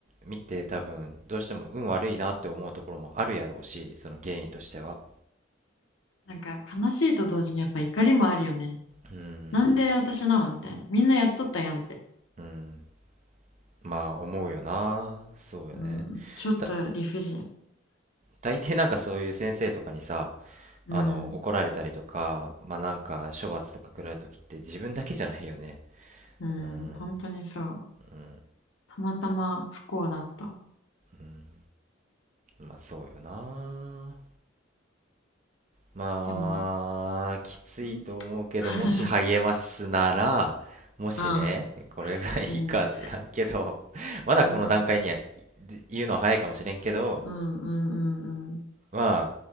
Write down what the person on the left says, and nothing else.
なんか悲しいと同時にやっぱ怒りもあるよね。
なんで私なのみたいな。みんなやっとったやんって。
うん、ちょっと理不尽。
うん、
うん、
本当にそう。
たまたま不幸だった。
でも、
うん <laughs>
あ、
うん、
うん、
うん、うん、うん、